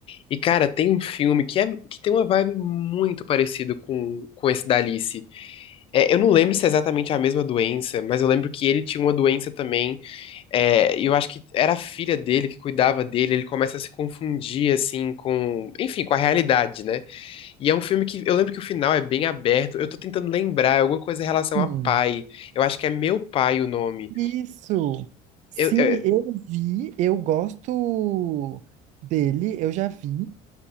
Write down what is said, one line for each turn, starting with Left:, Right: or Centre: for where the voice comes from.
Left: E, cara, tem um filme que, é, que tem uma vibe muito parecida com, com esse da Alice. É, eu não lembro se é exatamente a mesma doença, mas eu lembro que ele tinha uma doença também. É, e eu acho que era a filha dele que cuidava dele. Ele começa a se confundir, assim, com, enfim, com a realidade, né? E é um filme que eu lembro que o final é bem aberto. Eu tô tentando lembrar, é alguma coisa em relação
Right: Hum.
Left: a pai. Eu acho que é Meu Pai o nome.
Right: Isso. Sim,
Left: Eu, eu-
Right: eu vi, eu gosto dele, eu já vi.